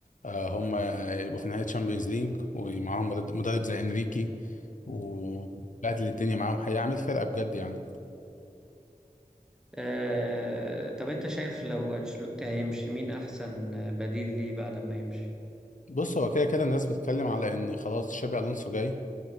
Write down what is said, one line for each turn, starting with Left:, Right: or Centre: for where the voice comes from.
Left: آه هم يبقوا في نهاية تشامبيونز ليج ومعاهم مرد- مدرب زي إنريكي وبهدل الدنيا معاهم هيعمل فرقة بجد يعني
Centre: آه، طب انت شايف لو انشيلوتي هيمشي مين احسن بديل ليه بعد ما يمشي
Left: بص هو كده كده الناس بتتكلم على إن خلاص شابي ألونسو جاي